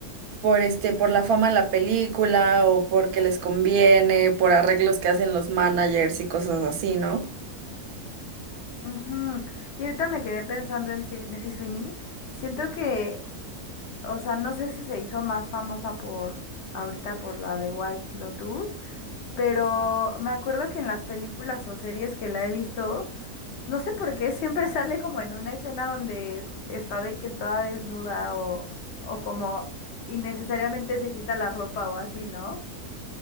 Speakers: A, on the right; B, on the left.
A: por este, por la fama de la película o porque les conviene, por arreglos que hacen los managers y cosas así, ¿no?
B: Ujú. Y ahorita me quedé pensando en Sydney Sweeney. Siento que, o sea, no sé si se hizo más famosa por ahorita por la de White Lotus, pero me acuerdo que en las películas o series que la he visto, no sé por qué <laughs> siempre sale como en una escena donde está de que toda desnuda o, o como innecesariamente se quita la ropa o así, ¿no?